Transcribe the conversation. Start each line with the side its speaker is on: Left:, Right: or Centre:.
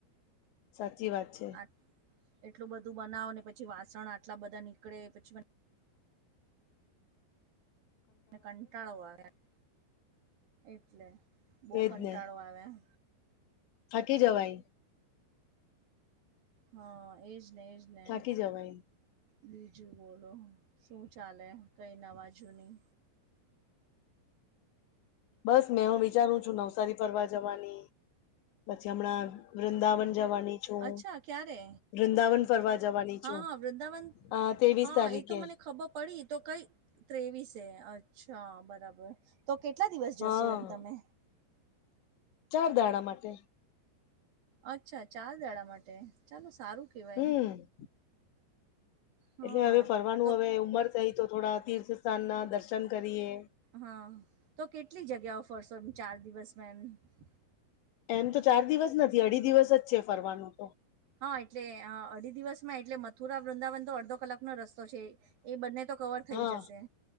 Left: સાચી વાત છે.
Right: આ એટલું બધું બનાવ ને પછી વાસણ આટલા બધા નીકળે પછી. અને કંટાળો આવ્યા એટલે બહુ
Left: એજ
Right: કંટાળો
Left: ને
Right: આવ્યા.
Left: થાકી જવાય.
Right: હ એ જ ને એ જ ને.
Left: થાકી જવાય
Right: બીજું બોલો શું ચાલે કઈ નવા જૂની.
Left: બસ મેં હું વિચારું છું નવસારી ફરવા જવાની. પછી હમણાં વૃંદાવન જવાની. છું હું
Right: અચ્છા ક્યારે
Left: વૃંદાવન ફરવા જવાની
Right: હા
Left: છું
Right: હા વૃંદાવન
Left: આ તેવીસ
Right: હા
Left: તારીખે.
Right: એ તો મને ખબર પડી તો કઈ. ત્રેવીસે અચ્છા બરાબર તો કેટલા દિવસ જશો
Left: હા
Right: એમ તમે.
Left: ચાર દાડા માટે.
Right: અચ્છા ચાર દાડા માટે ચાલો સારું. કેવાય
Left: હમ્મ.
Right: હા
Left: એટલે હવે ફરવાનું
Right: તો
Left: હવે ઉંમર થઈ તો થોડા તીર્થ સ્થાન ના દર્શન કરીએ.
Right: હા તો કેટલી જગ્યાઓ ફરશો એમ ચાર દિવસમાં એમ.
Left: એમ તો ચાર દિવસ નથી અઢી દિવસ જ છે ફરવાનું તો.
Right: હા એટલે અઢી દિવસમાં એટલે મથુરા વૃંદાવન તો અડધો કલાકનો રસ્તો છે. એ બંને તો કવર થઈ
Left: હા
Right: જશે